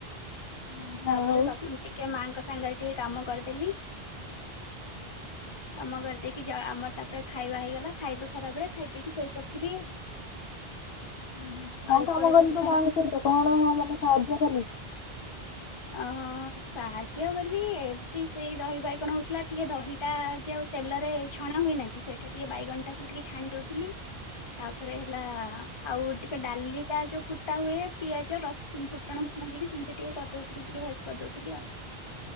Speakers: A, on the left; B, on the left.
A: ଯାହା
B: ତାପରେ
A: ହଉ।
B: ସ ଟିକେ ମାଙ୍କ ସାଙ୍ଗରେ ଟିକେ କାମ କରିଦେଲି କାମ କରିଦେଇକି ଯା ଆମର ତାପରେ ଖାଇବା ହେଇଗଲା ଖାଇଲୁ ଖରାବେଳେ ଖାଇ ପିଇକି ଶୋଇପଡିଥିଲି।
A: <unintelligible>
B: ଏପଟେ
A: ତୁ
B: ତ ପୁରା
A: ମାଙ୍କ ସହିତ କଣ ମାନେ ସାହାଯ୍ୟ କଲୁ
B: ଆଉ ଆଉ ହଁ ସାହାଯ୍ୟ ବୋଲି ଏମିତି ସେଇ ଦହି ବାଇ ଗଣ ହଉଥିଲା ଟିକେ ଦହିଟା ଯୋଉ ତେଲରେ ଛଣା ହୁଏନାକି ସେଇଟା ଟିକେ ବାଇଗଣିଟାକୁ ଟିକେ ଛାଣି ଦଉଥିଲି। ତାପରେ ହେଲା ଆଉ ଟିକେ ଡାଲିଟା ଯୋଉ ଫୁଟାହୁଏ ପିଆଜ ରସୁନ ଫୁଟ ଫୁଟଣ ମୁଟଣ ଦେଇକି ସେମିତି ଟିକେ କରିଦେଉଥିଲି ଟିକେ ହେଲ୍ପ କରିଦଉଥିଲି ଆଉ